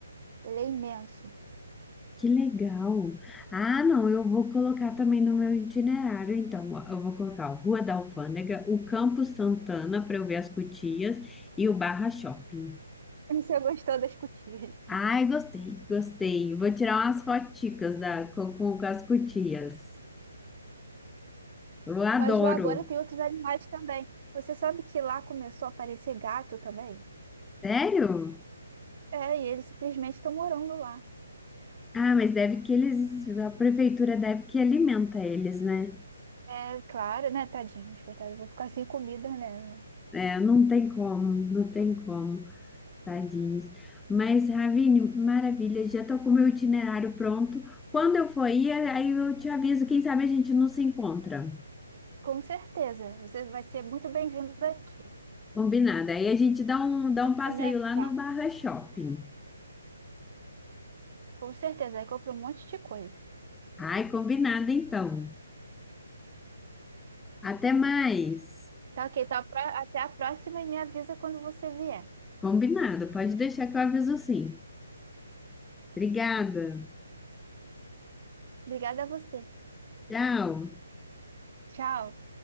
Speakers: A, on the right (about 35°); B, in the centre.
A: Ele é imenso. <laughs>
B: Que legal. Ah, não, eu vou colocar também no meu itinerário, então. Ó, Eu vou colocar a Rua da Alfândega, o Campo Santana para eu ver as Cutias e o Barra Shopping.
A: Você gostou das cotinhas?
B: Ai, gostei, gostei. Vou tirar umas foticas da, com, com, com as Cutias. Eu adoro.
A: Mas lá agora tem outros animais também. Você sabe que lá começou a aparecer gato também?
B: Sério?
A: É, e eles simplesmente estão morando lá.
B: Ah, mas deve que eles, a prefeitura deve que alimenta eles, né?
A: É claro, né, Tadinho? coitado, eu vou ficar sem comida né? né.
B: É, não tem como, não tem como. Tadinhos. Mas, Ravine, maravilha, já tô com o meu itinerário pronto. Quando eu for ir, aí eu te aviso, quem sabe a gente não se encontra.
A: Com certeza, você vai ser muito bem-vindo aqui.
B: Combinado. Aí a gente dá um, dá um passeio
A: Pra me
B: lá no
A: ajudar.
B: Barra Shopping.
A: Com certeza, aí compra um monte de coisa.
B: Ai, combinado então. Até mais.
A: Tá ok, tá, pra- até a próxima e me avisa quando você vier.
B: Combinado, pode deixar que eu aviso sim. Obrigada.
A: Obrigada a você.
B: Tchau.
A: Tchau.